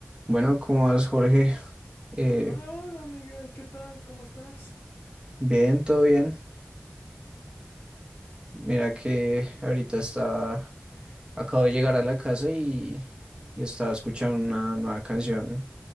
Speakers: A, on the right; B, on the left.
A: Bueno, ¿cómo vas, Jorge? Eh,
B: Hola, hola Miguel, ¿qué tal? ¿Cómo estás?
A: bien, todo bien. Mira que ahorita está, acabo de llegar a la casa y, y estaba escuchando una nueva canción.